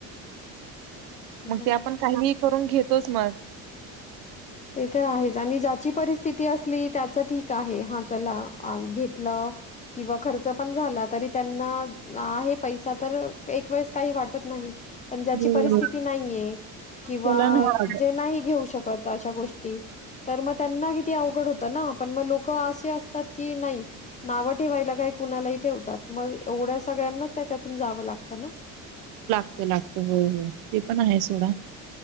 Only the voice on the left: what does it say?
बरं
ते तर आहेच आणि ज्याची परिस्थिती असली त्याच ठीक आहे हा चला घेत किंवा खर्च पण झाला तरी त्यांना आहे पैसा तर एक वेळेस काही वाटत नाही पण ज्याची
परिस्थिती नाहीये किंवा
जे नाही घेऊ शकत. अशा गोष्टी तर मग त्यांना किती अवघड होतं ना पण मग लोक असे असता की नाही नाव ठेवायला काही कुणालाही ठेवतात मग एवढ्या सगळ्यांनाच त्याच्यातून जावं लागत ना.